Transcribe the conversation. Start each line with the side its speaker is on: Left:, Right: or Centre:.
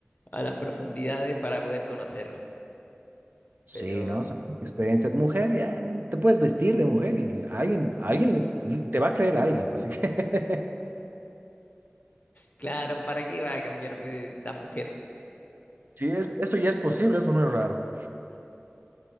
Left: a las profundidades para poder conocer.
Right: Sí,
Left: Pero,
Right: ¿no? Son Experiencias de mujer, ya ni- te puedes vestir de mujer y alguien, alguien le- te va a creer a alguien, así que <laughs>
Left: claro, ¿para qué va a cambiar de la mujer?
Right: sí, es, eso ya es posible, eso no es raro.